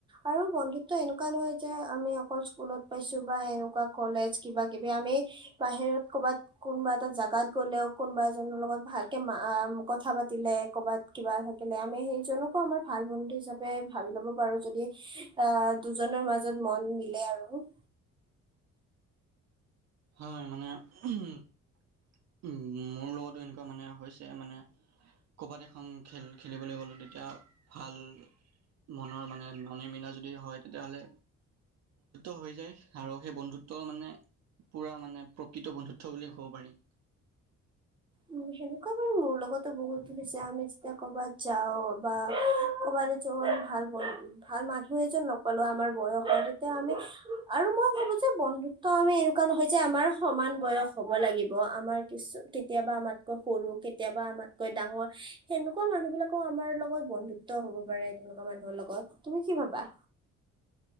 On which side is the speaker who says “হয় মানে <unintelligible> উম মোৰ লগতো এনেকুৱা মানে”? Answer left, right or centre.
Right